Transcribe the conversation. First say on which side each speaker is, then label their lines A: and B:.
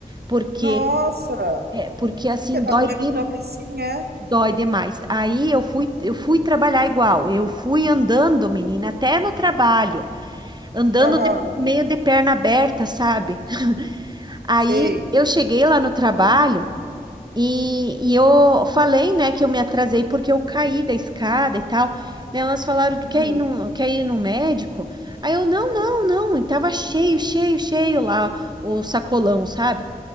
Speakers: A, on the right; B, on the right.
A: porque
B: Nossa,
A: é, porque assim
B: porque tá
A: dói
B: doendo
A: de-
B: tanto assim, é?
A: dói demais. Aí eu fui eu fui trabalhar igual. Eu fui andando, menina, até no trabalho, andando
B: Aham,
A: de- meio de perna aberta, sabe? <laughs> Aí
B: sei.
A: eu cheguei lá no trabalho e, e eu falei, né, que eu me atrasei porque eu caí da escada e tal. Daí Elas falaram, tu
B: Uhum.
A: quer ir no, quer ir no médico? Aí eu, não, não, não, e tava cheio, cheio, cheio lá o sacolão, sabe?